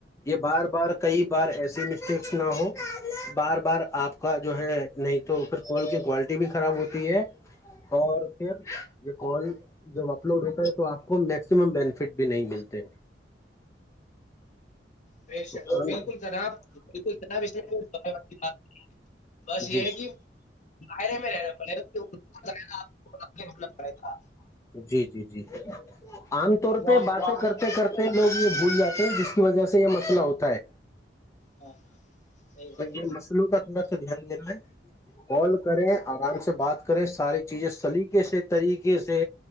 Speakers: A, on the left; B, on the left.
A: یہ بار بار کئی بار ایسی مسٹیکس نہ ہو بار بار آپ کا جو ہے نہیں تو پھر کال کی کوالٹی بھی خراب ہوتی ہے اور پھر یہ کال جب اپلوڈ ہوتا ہے تو آپ کو میکسیمم بینیفٹ بھی نہیں ملتے
B: بے
A: پ
B: شک بالکل
A: ن
B: جناب ب جنا بس یہ
A: جی
B: ہے کہ دائرے میں رہنا پڑے گاے گا
A: جی جی جی عام طور
B: وہ
A: پہ
B: آپ
A: باتیں کرتے کرتے لوگ یہ بھول جاتے ہیں جس کی وجہ سے یہ مسئلہ ہوتا ہے
B: ہاں ہاں صحیح بات
A: تو یہ مسلوں کا تھوڑا تو دھیان دین ن کال کریں آرام سے بات کریں ساری چیزیں سلیقے سے طریقے سے